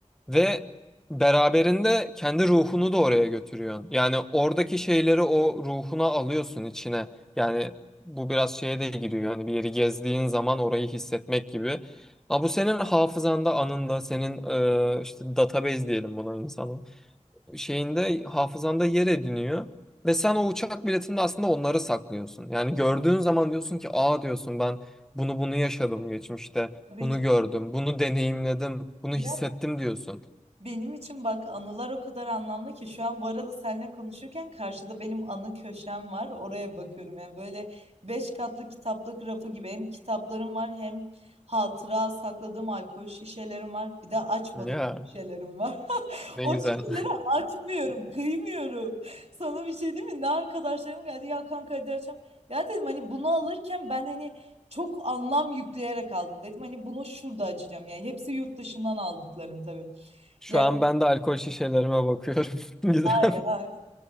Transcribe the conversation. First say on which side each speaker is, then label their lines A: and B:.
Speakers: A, in the centre; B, on the right.
A: ve beraberinde kendi ruhunu da oraya götürüyorsun. Yani oradaki şeyleri o ruhuna alıyorsun içine. Yani bu biraz şeye de giriyor. Yani bir yeri gezdiğin zaman orayı hissetmek gibi. Ama bu senin hafızanda, anında, senin e, işte database diyelim buna insanın şeyinde hafızanda yer ediniyor. Ve sen o uçak biletinde aslında onları saklıyorsun. Yani gördüğün zaman diyorsun ki aa diyorsun ben bunu bunu yaşadım geçmişte.
B: Tabii
A: Bunu
B: canım.
A: gördüm, bunu deneyimledim, bunu
B: Ya
A: hissettim diyorsun.
B: Benim için bak anılar o kadar anlamlı ki şu an bu arada seninle konuşurken karşıda benim anı köşem var. Oraya bakıyorum yani böyle beş katlı kitaplık rafı gibi hem kitaplarım var hem hatıra sakladığım alkol şişelerim var. Bir de açmadığım
A: Ya
B: şişelerim var. <laughs>
A: ne
B: O
A: güzel.
B: şişeleri açmıyorum, kıymıyorum. Sana bir şey değil mi? Ne arkadaşlarım geldi ya kanka hadi açalım. Ya dedim hani bunu alırken ben hani çok anlam yükleyerek aldım. Dedim hani bunu şurada açacağım yani hepsi yurt dışından aldıklarım tabii.
A: <laughs> Şu
B: Yani
A: an ben de alkol şişelerime bakıyorum. <laughs> Güzel.
B: Hayır, hayır.